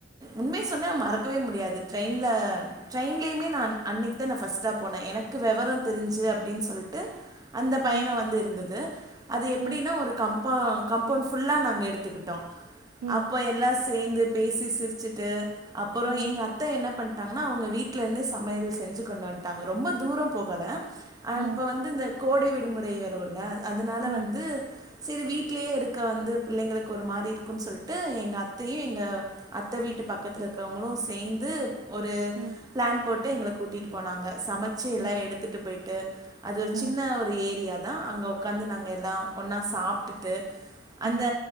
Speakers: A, on the right; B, on the right.
A: உண்மைய சொன்ன மறக்கவே முடியாது ட்ரெயின்ல ட்ரெயின்லைமே நா அன்னைக்கு தா பஸ்ட்டா போன வெவரோ தெரிஞ்சு அப்டின்னு சொல்ட்டு அந்த பயனோ
B: ம்
A: வந்து இருந்தது அது எப்டின்னா
B: ம்
A: ஒரு கம்பா கம்பௌண்ட் ஃபுல்லா நாங்க எடுத்துக்கிட்டோ
B: ம்
A: அப்போ எல்லா ஸ் சேந்து பேசி சிரிச்சுட்டு அப்பறோ
B: ம்
A: எங்க அத்த என்ன பண் தங்கனா அவங்க வீட்ல இருந்தே சமையல் செஞ்சு கொண்டு வன்டாங்க ரொம்ப தூரோ போகல அ
B: ம்
A: இப்ப வந்து இந்த கோடை விடுமுறை வருல அதனால
B: ம்
A: வந்து செரி வீட்லயே இருக்க வந்து பிள்ளைங்களுக்கு ஒரு மாரி இருக்குன்னு சொல்ட்டு எங்க அத்தையு எங்க அத்த வீட்டு பக்கத்துல இருக்கவங்களு சேந்து ஒரு
B: ம்
A: பிளான் போட்டு எங்கள கூட்டீட்டு போனாங்க சமைச்சு எல்லா
B: ம்
A: எடுத்துட்டு போய்ட்டு அத் ஒர்
B: ம்
A: சின்ன ஒரு ஏரியா தா அங்க ஒக்காந்து நாங்க எல்லா ஒன்னா சாப்ட்டுட்டு அந்த
B: ம்